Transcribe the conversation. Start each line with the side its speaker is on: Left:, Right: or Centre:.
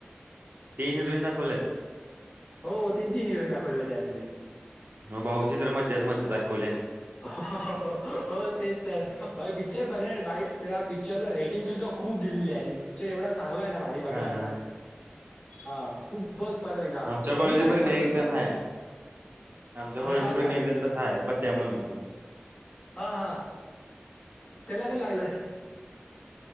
Right: तीन हिरोईन दाखवल्यात?
Left: हो तीन तीन हिरोईन दाखवले त्यातमध्ये.
Right: मग भाऊचि तर मज्जाच मज्जा दाखवल्या.
Left: हो तेच तर भाई पिक्चर बघणार. भाई त्या पिक्चरला रेट- टिंग सुद्धा खूप दिलेली आहे. पिक्चर एवढा चांगला हाय ना भारी बघण्यासारखा.
Right: हा हा
Left: हा तु बघ परत एकदा
Right: आमच्या
Left: बघितला
Right: कॉलेज
Left: आहे
Right: पर्यंत
Left: म्हणतोस
Right: एक
Left: ना
Right: जण हाय आमच्या
Left: हा
Right: कॉलेज पर्यंत
Left: का
Right: एक जण तसा आहे पत्त्या म्हणून
Left: हा हा त्याला पण लागलं